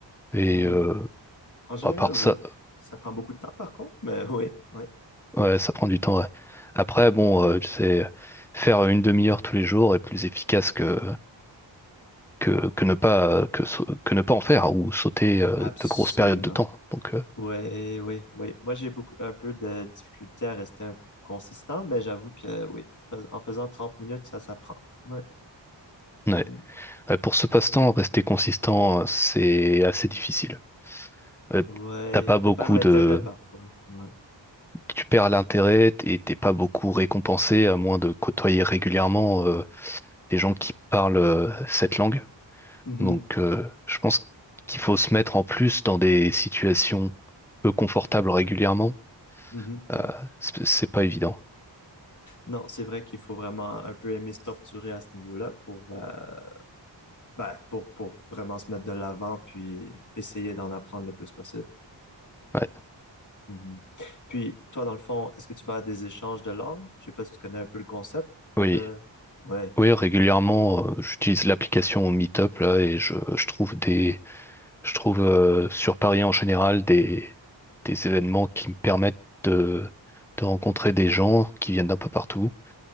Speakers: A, in the centre; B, on the left (about 40°).
A: Et
B: Hmm.
A: euh,
B: En général,
A: à part
B: oui.
A: ça,
B: Ça prend beaucoup de temps, par contre, mais <laughs> oui, oui,
A: ouais, ça prend du temps. ouais. Après, bon, euh, c'est faire une demi-heure tous les jours est plus efficace que que, que ne pas que, sau- que ne pas en faire ou sauter euh,
B: absolument.
A: de grosses périodes de temps. Donc euh,
B: Ouais, oui, oui. Moi, j'ai beaucoup un peu de difficulté à rester un- consistant, mais j'avoue que oui, fais- en faisant 30 minutes, ça s'apprend. Ouais.
A: ouais.
B: Mm.
A: Ouais, pour ce passe-temps, rester consistant, euh, c'est assez difficile. Euh,
B: Ouais.
A: t'as pas beaucoup
B: On perd l'intérêt
A: de
B: parfois. Ouais.
A: tu perds l'intérêt et t'es pas beaucoup récompensé à moins de côtoyer régulièrement euh, des gens qui parlent euh, cette langue.
B: Mhm.
A: Donc euh, je pense qu'il faut se mettre en plus dans des situations peu confortables régulièrement.
B: Mhm. Mhm.
A: Euh, c'est c'est pas évident.
B: Non, c'est vrai qu'il faut vraiment un peu aimer se torturer à ce niveau-là pour, euh, ben, pour, pour vraiment se mettre de l'avant puis essayer d'en apprendre le plus possible.
A: Ouais.
B: Mhm. Puis, toi, dans le fond, est-ce que tu vas à des échanges de langues? Je sais pas si tu connais un peu le concept
A: Oui.
B: de... Ouais.
A: Oui, régulièrement, euh, j'utilise l'application Meetup là et je, je trouve des, je trouve euh, sur Paris en général des, des événements qui me permettent de, de rencontrer des gens qui viennent d'un peu partout.